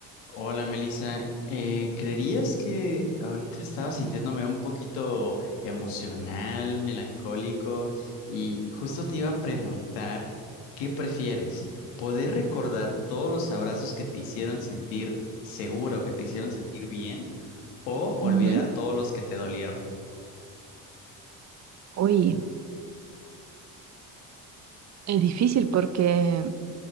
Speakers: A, on the left (about 85°); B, on the right (about 45°).
A: Hola Melissa, Eh, ¿creerías que ahorita estaba sintiéndome un poquito emocional, melancólico y justo te iba a preguntar qué prefieres? ¿Poder recordar todos los abrazos que te hicieron sentir seguro, que te hicieron sentir bien o olvidar
B: Ujú.
A: todos los que te dolieron?
B: Uy, es difícil porque,